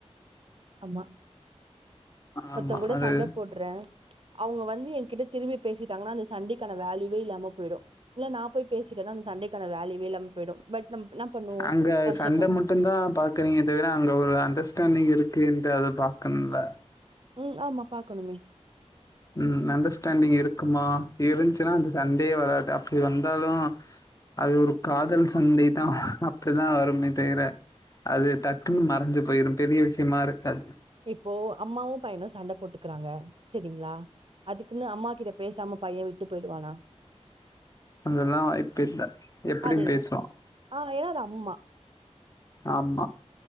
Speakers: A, on the right; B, on the left.
A: ஆமா
B: ஆமா
A: மத்தங்க கூட
B: அது
A: சண்டை போடுறேன் அவங்க வந்து என்கிட்ட திரும்பி பேசிட்டாங்கன்னா அந்த சண்டைக்கான வேயுவவே இல்லாமல் போயிடும் இல்லை நான் போய் பேசிட்டேன்னா அந்த சண்டைக்கான வேல்யூவே இல்லாமல் போயிடும் பட் நம்ம என்ன பண்ணுவோம்
B: அங்க
A: வருஷக்கணக்கு
B: சண்டை மட்டும் தான் பாக்குறீங்க தவிர அங்க ஒரு அண்டர்ஸ்டாண்டிங் இருக்கு அது பாக்கனும்லா
A: உம் ஆமா பார்க்கணுமே
B: உஹம் அண்டர்ஸ்டாண்டிங் இருக்குமா இருந்துசுன்னா அந்த சண்டையே வராது அப்படி வந்தாலும் அது ஒரு காதல் சண்டை தான் அப்படிதான் வருமே தவிர அது டக்குன்னு மறைஞ்சு போயிரும் பெரிய விஷயமா இருக்காது
A: இப்போ அம்மாவும் பையனும் சண்டை போட்டுக்கறாங்க சரிங்களா அதுக்குன்னு அம்மா கிட்ட பேசாம பையன் விட்டு போயிடுவானா
B: அதெல்லாம் வாய்ப்பு இல் எப்படியும்
A: அதேதான்
B: பேசுவான்
A: ஆ ஏன்னா அது அம்மா
B: ஆமா